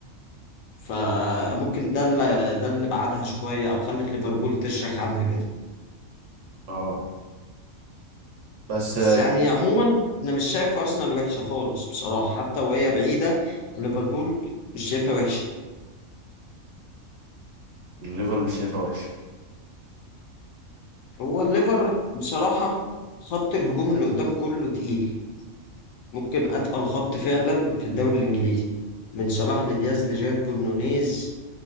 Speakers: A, on the left; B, on the right.
A: فممكن ده اللي ده اللي بعدها شوية أو خلت ليفربول تشرخ عنها كده
B: اه بس
A: بس
B: آه، يعني
A: يعني عموما أنا مش شايف أرسنال وحشة خالص بصراحة حتى وهي بعيدة عن ليفربول مش شايفها وحشة
B: الليفر مش شايفها وحشة
A: هو الليفر بصراحة خط الهجوم اللي قدام كله تقيل ممكن أتقل خط فعلا في الدوري الإنجليزي من صلاح لدياز لجيربو لنونيز